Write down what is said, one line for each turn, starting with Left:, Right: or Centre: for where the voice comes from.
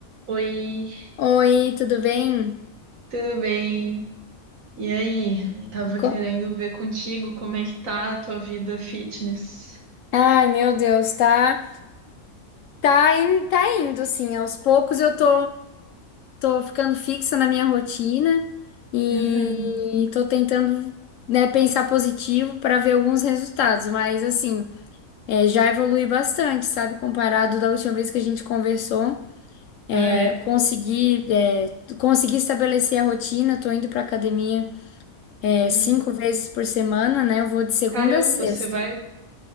Right: Oi,
Left: Oi, tudo bem?
Right: tudo bem? E aí, tava
Left: Co-
Right: querendo ver contigo como é que tá a tua vida fitness.
Left: Ai, meu Deus, tá, tá, in- tá indo, assim, aos poucos eu tô, tô ficando fixa na minha rotina e
Right: Uhum. <laughs>
Left: tô tentando, né, pensar positivo para ver alguns resultados, mas, assim, é, já evolui bastante, sabe, comparado da última vez que a gente conversou,
Right: Ah,
Left: é,
Right: é?
Left: consegui, é, consegui estabelecer a rotina, tô indo pra academia, é, cinco
Right: Uhum.
Left: vezes por semana, né, eu vou de segunda
Right: Caramba,
Left: a sexta.
Right: você vai,